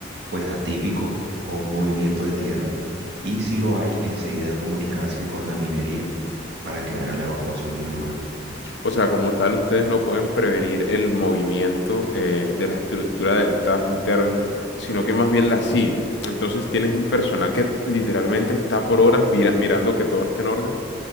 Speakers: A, on the right; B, on the left.
A: pues atípico o un movimiento de tierra y si lo hay, enseguida comunicarse con la minería para que hagan la evacuación del lugar.
B: O sea, como tal, ustedes no pueden prevenir el movimiento eh, de la estructura del tajo interno, sino que más bien la siguen. Entonces tienes un personal que literalmente está por horas vira- mirando que todo esté en orden,